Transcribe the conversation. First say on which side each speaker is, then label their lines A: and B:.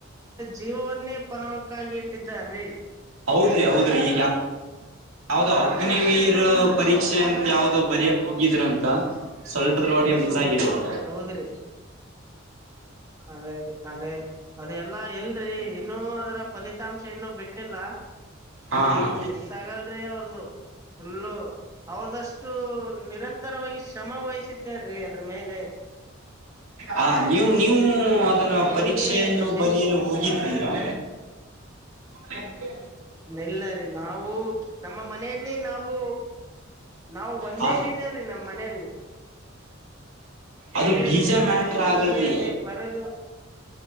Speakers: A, on the right; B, on the right.
A: ಜೀವನ್ನೇ ಪನವಕ್ಕಾಗಿ ಇಟ್ಟಾರ ರೀ
B: ಹೌದ್ರಿ ಹೌದ್ರಿ ಈಗ ಯಾವ್ದೋ
A: ಹಾ
B: ಅಗ್ನಿವೀರ್ ಪರೀಕ್ಷೆ ಅಂತ ಯಾವ್ದೋ ಬರಯಕ್ ಹೋಗಿದ್ರು ಅಂತ ಸ್ವಲ್ಪದೋಓಡ ಮಿಸಸ ಆಗಿರುವಂತ
A: ಹೌದ್ರಿ ಅದೇ ರೀ ಅದೇ ಅದೆ ಎಲ್ಲಾ ಎಲ್ರಿ ಇನ್ನುೂ ಅದ್ರ ಫಲಿತಾಂಶ ಏನು ಬಿಟ್ಟಿಲ್ಲ
B: ಹಾ ಹಾ
A: ಮಿಸ್ ಆಗಲ್ರಿ ಅವ್ರದುು. ಫುಲ್ಲು ಅವದಷ್ಟು ನಿರಂತರವಾಗಿ ಶ್ರಮ ವಹಿಸಿದ್ದಾರೀ ಅದ್ರ ಮೇಲೆ
B: ಹಾ ನೀೂ ನೀೂ ನೀ ಅದನ್ನ
A: ಅವ್ರಿಗೆ
B: ಪರೀಕ್ಷೆಯನ್ನು
A: ದಿವ್
B: ಬರೆಯಲು ಹೋಗಿದ್ದೀರಾ ಮತ್ತೆ
A: ನೆಲ್ಲ ರೀ ನಾವು ನಮ್ಮ ಮನೆಯಲ್ಲಿ ನಾವು ನಾವು ಒಂದೇ
B: ಹ
A: ಬೀಜ್ರೀ ನಮ್ಮ್ ಮನೆಯಲ್ಲಿ
B: ಅದು
A: ಒಂದೇ ಬೀಜ
B: ಮ್ಯಾಟ್ರ
A: ಹೋಗಿ
B: ಆಗಲ್ರಿ
A: ಅಲ್ಲಿ ಬರದು